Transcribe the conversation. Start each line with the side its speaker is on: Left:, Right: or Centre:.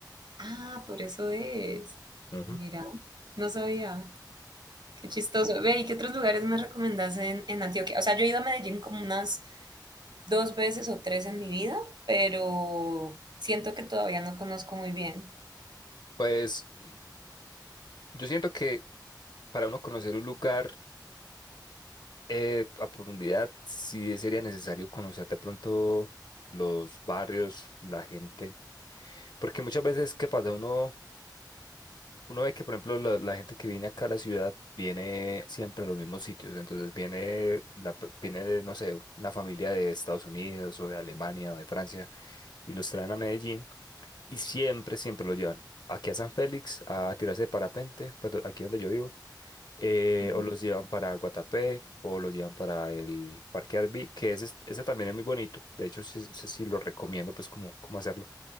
Right: Ah, por eso es.
Left: Ujú.
Right: Mira, no sabía. Qué chistoso. Ve, ¿y qué otros lugares me recomendás en, en Antioquia? O sea, yo he ido a Medellín como unas dos veces o tres en mi vida, pero siento que todavía no conozco muy bien.
Left: Pues mm, yo siento que para uno conocer un lugar eh, a profundidad, sí sería necesario conocer de pronto los barrios, la gente, Porque muchas veces, ¿qué pasa? Uno, uno ve que, por ejemplo, la, la gente que viene acá a la ciudad viene siempre a los mismos sitios. Entonces viene, la, pe- viene de, no sé, una familia de Estados Unidos o de Alemania o de Francia y los traen a Medellín y siempre, siempre los llevan aquí a San Félix a tirarse de parapente, pues do- aquí donde yo vivo, eh,
Right: Ujú,
Left: o los llevan para Guatapé o los llevan para el Parque Arví, que ese, es- ese también es muy bonito. De hecho, sí, sí, sí lo recomiendo, pues, como, cómo cómo hacerlo.